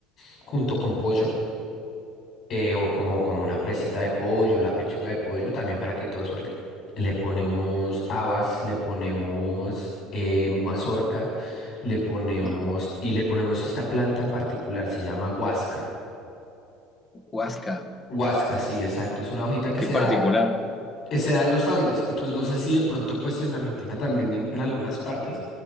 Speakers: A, on the left (about 45°); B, on the left (about 20°).
A: junto con pollo eh, o como, como una presita de pollo, la pechuga de pollo también para que todo suelte. Le ponemos habas, le ponemos eh, mazorca, le ponemos
B: ajá.
A: y le ponemos esta planta en particular, se llama huasca.
B: Huasca,
A: Huasca, sí, exacto. Es una hojita que
B: qué
A: se
B: particular.
A: da, eh, se da en los Andes. Entonces no sé si de pronto pues en Argentina también en en algunas partes